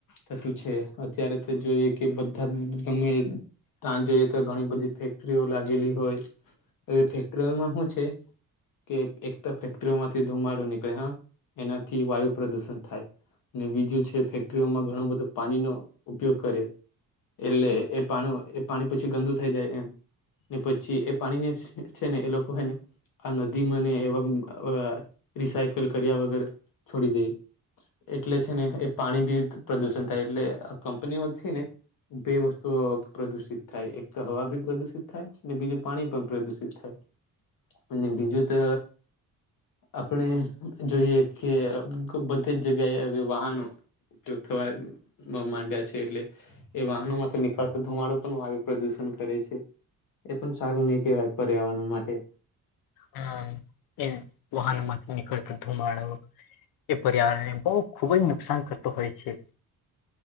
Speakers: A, on the left; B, on the left.
A: થતું છે અત્યારે તો જોઈએ કે પદ તમે તમે તા જોઇએ તો ઘણી બધી ઇફેક્ટ ફેકરીઓ લાગેલી હોય હવે ફેક્ટરીઓમાં શું છે.? કે એક તો ફેક્ટરીઓમાંથી ધુમાડો નીકળે હા એનાથી વાયુ પ્રદુષણ થાય. અને બીજું છે ફેક્ટરીઓમાં ઘણું બધું પાણી નો ઉપયોગ કરે. એટલે એ પાણી એ પાણી પછી ગંદુ થઈ જાય એમ. ને પછી એ પાણીને છે ને એ લોકો હે ને? આ નદી મને એવા રિસાયકલ કર્યા વગર છોડી દે. એટલે છે ને એ પાણી બી પ્રદુષણ થાય એટલે આ કંપનીઓ છે ને? બે વસ્તુ પ્રદુષિત થાય એક તો હવા ભી પ્રદુષિત થાય અને બીજું પાણી પણ પ્રદુષિત થાય. અને બીજું તો આપણે જોઈએ કે બધી જ જગ્યાએ હવે વાહનો ઉપયોગ થવા માંડ્યા છે. એટલે? એ વાહનો માંથી નીકળતો ધુમાડો પણ વાયુ પ્રદુષણ કરે છે. એ પણ સારું નહી કહેવાય પર્યાવરણ માટે
B: હમ્મ એ વાહનમાંથી નીકળતો ધુમાડો એ પર્યાવરણને બહુ ખુબ જ નુકસાન કરતો હોય છે.